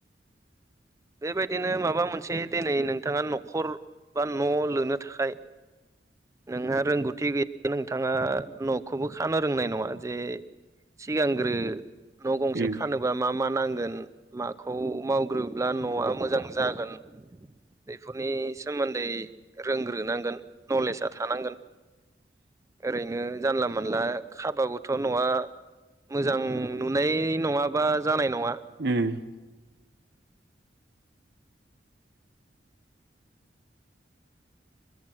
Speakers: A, on the right; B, on the right.
A: <inaudible>
B: बेबायदिनो माबा मोनसे दिनै नोंथाङा न'खर बा न' लुनो थाखाय नोंहा रोंगौथि गैय नोंथाङा न'खौबो खानो रोंनाय नङा जे सिगांग्रो न' गंसे
A: उम
B: लुबा मा मा नांगोन माखौ मावग्रोब्ला न'आ मोजां जागोन बेफोरनि सोमोन्दै रोंग्रोनांगोन नलेजआ थानांगोन ओरैनो जानला मोनला खाबागोथ' न'आ मोजां नुनाय नङाबा जानाय नङा
A: उम